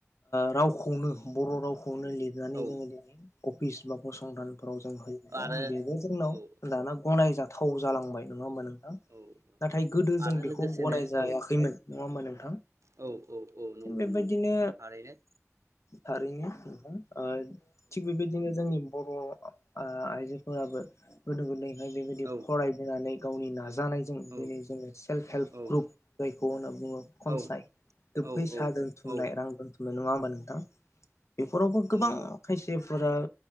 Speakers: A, on the left; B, on the right.
A: ओ रावखौनो बर' रावखौनो लिरनानै
B: औ
A: जोङो दिनै अफिस फसंथानफोराव जों होयोबा
B: आरो
A: बेबो जोंनाव
B: औ
A: दाना गनायजाथाव जालांबाय
B: औ
A: नङा होमबा नोंथां
B: औ
A: नाथाय गोदो जों
B: आरो
A: बेखौ
B: लोगोसेनो
A: गनायजायाखैमोन
B: औ
A: नङा होनबा नोंथां?
B: औ औ नंगौ
A: थिग बेबायदिनो
B: नंगौ थारैनो
A: थारैनो नोंथा। ओ थिग बेबायदिनो जोंनि बर' आ आइजोफोराबो गोदो गोदाय बेबायदि
B: औ
A: फरायबोनानै गावनि नाज जानायजों
B: औ
A: दिनै जोङो सेल्फ हेल्प
B: औ
A: ग्रुप जायखौ होनना बुङो खनसाय
B: औ औ
A: फैसा
B: औ
A: दोनथुमनाय
B: औ
A: रां दोनथुमनाय नङा होमबा नोंथां? बेफोरावबो
B: औ
A: गोबां
B: नंगौ
A: खायसे फोरा